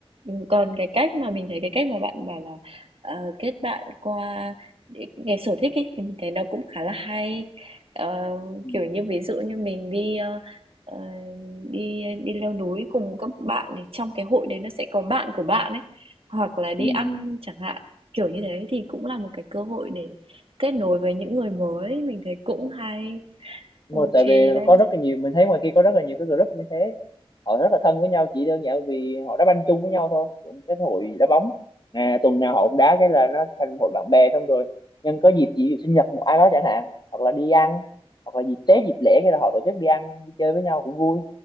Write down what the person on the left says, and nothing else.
Ừ.
Ừ.
Ừ.
đúng
rồi tại vì
có rất là nhiều mình thấy ngoài kia có rất là nhiều cái group như thế họ rất là thân với nhau chỉ đơn giản vì họ đá banh chung với nhau thôi cũng cái hội đá bóng à, tuần nào họ cũng đá cái là nó thành hội bạn bè xong rồi nhân có dịp gì ví dụ sinh nhật một ai đó chẳng hạn hoặc là đi ăn hoặc là dịp Tết dịp lễ cái là họ tổ chức đi ăn đi chơi với nhau cũng vui